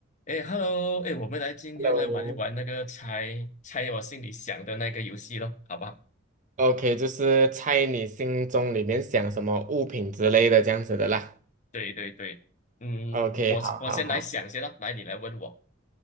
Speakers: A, on the left (about 40°); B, on the right (about 40°).
A: 哎，Hello，哎，我们来今天来玩一玩那个猜猜我心里想的那个游戏咯，
B: Hello。
A: 好不好？
B: OK，就是猜你心中里面想什么物品之类的这样子的啦。
A: 对对对，嗯，
B: OK，
A: 我我先来想先咯，
B: 嗯好好好
A: 来你来问我，